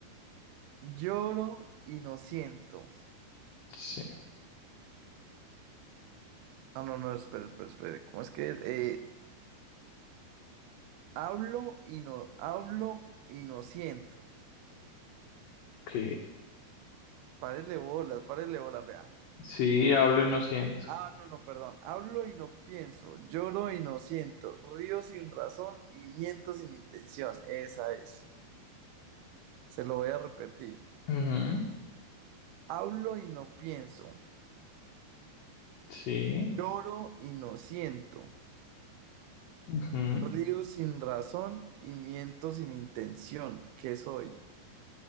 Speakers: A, on the right (about 85°); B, on the left (about 70°).
A: Lloro y no siento.
B: sí,
A: Ah, no, no, espera, espera, espera. ¿Cómo es que es? Eh, hablo y no, hablo y no siento.
B: ok.
A: Párele bolas, párele bolas, vea.
B: Sí, hablo y no siento.
A: Ah, no, no, perdón. Hablo y no pienso, lloro y no siento, río sin razón y miento sin intención. Esa es. Se lo voy a repetir.
B: Ujú,
A: Hablo y no pienso,
B: Sí.
A: lloro y no siento,
B: ujú.
A: río sin razón y miento sin intención. ¿Qué soy?